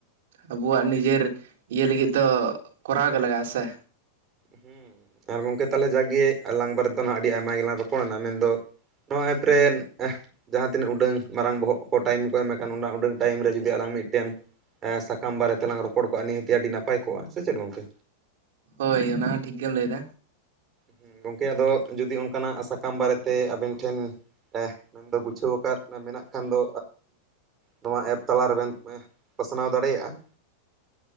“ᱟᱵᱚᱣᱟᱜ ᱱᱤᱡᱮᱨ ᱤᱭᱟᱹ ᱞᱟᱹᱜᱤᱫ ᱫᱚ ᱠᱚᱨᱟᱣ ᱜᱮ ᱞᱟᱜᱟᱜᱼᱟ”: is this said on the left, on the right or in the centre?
Right